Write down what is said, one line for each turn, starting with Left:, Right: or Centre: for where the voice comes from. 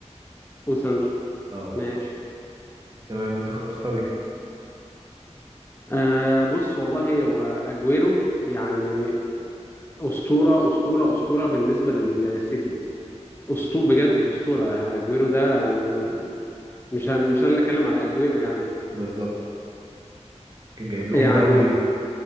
Left: وسانشو
Right: اه
Left: ماشي
Right: تمام تخ- تختار ايه
Left: آه بص والله هو اجويرو يعني اسطورة اسطورة اسطورة بالنسبة
Right: مم.
Left: للسيتي اسطوره
Right: آه،
Left: بجد اسطوره يعني. اجويرو ده م- مش ه- مش انا اللي اتكلم على اجويرو يعني
Right: بالظبط كان جايب لهم
Left: يعني
Right: دوري